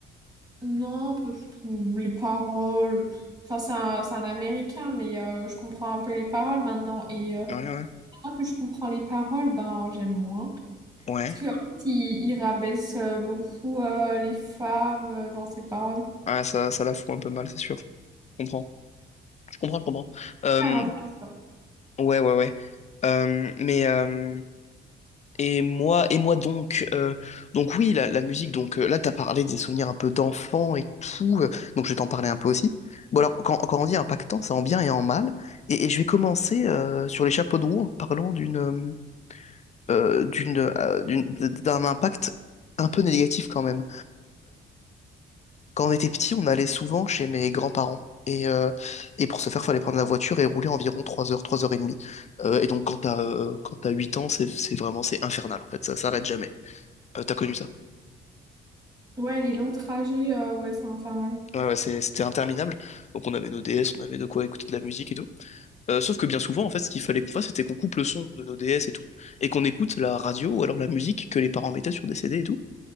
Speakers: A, on the right; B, on the left.
A: Non, parce que les paroles. Enfin, c'est un, c'est un Américain, mais euh, je comprends un peu les paroles maintenant. Et euh,
B: Ouais, ouais.
A: maintenant que je comprends les paroles, ben, j'aime moins.
B: Ouais,
A: Parce que, en fait, il, il rabaisse euh, beaucoup euh, les femmes euh, dans ses paroles.
B: Ouais, ça, ça la fout un peu mal, c'est sûr. Je comprends. Je comprends, je comprends. Euh,
A: Ça m'intéresse pas.
B: ouais, ouais, ouais. Euh, mais euh, et moi, et moi donc, euh, donc oui, la, la musique, donc euh, là, t'as parlé des souvenirs un peu d'enfant et tout, euh, donc je vais t'en parler un peu aussi. Bon alors, quand, quand on dit impactant, c'est en bien et en mal. Et, et je vais commencer euh, sur les chapeaux de roue en parlant d'une euh, d'une euh, d'une- d'un impact un peu négatif quand même. Quand on était petit, on allait souvent chez mes grands-parents. Et, euh, et pour ce faire, fallait prendre la voiture et rouler environ 3 heures, 3 heures et demie. Euh, et donc, quand t'as euh, quand t'as 8 ans, c'est c'est vraiment c'est infernal en fait, ça s'arrête jamais. Euh, t'as connu ça?
A: Ouais, les longs trajets, euh, ouais, c'est infernal.
B: Ouais, ouais, c'est- c'était interminable. Donc, on avait nos DS, on avait de quoi écouter de la musique et tout. Euh, sauf que bien souvent, en fait, ce qu'il fallait qu'on fasse, c'était qu'on coupe le son de nos DS et tout, et qu'on écoute la radio ou alors la musique que les parents mettaient sur des CD et tout.